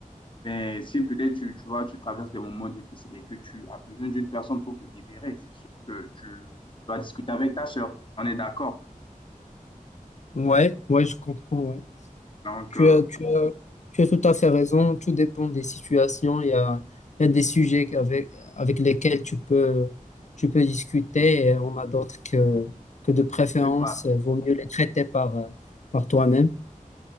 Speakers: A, on the left (about 35°); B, on the left (about 55°).
A: Mais si peut-être tu, tu vois, tu traverses des moments difficiles et que tu as besoin d'une personne pour te libérer, c'est sûr que tu dois discuter avec ta sœur. On est d'accord.
B: Ouais, ouais, je comprends, ouais.
A: Donc,
B: Tu
A: euh,
B: as, tu as, tu as tout à fait raison. Tout dépend des situations. Il y a, il y a des sujets avec, avec lesquels tu peux, tu peux discuter et on a d'autres que, que de préférence,
A: je sais pas.
B: euh, vaut mieux les traiter par, euh, par toi-même.